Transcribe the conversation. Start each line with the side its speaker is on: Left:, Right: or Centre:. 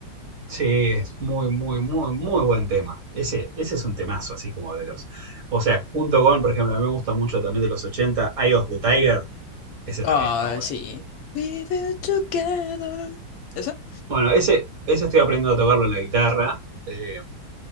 Right: Sí, es muy, muy, muy, muy buen tema. Ese, ese es un temazo, así como de los. O sea, junto con, por ejemplo, a mí me gusta mucho también de los 80, Eye of the Tiger. Ese
Left: Ah,
Right: también está bueno.
Left: sí. We will together. ¿Eso?
Right: Bueno, ese, ese estoy aprendiendo a tocarlo en la guitarra. em,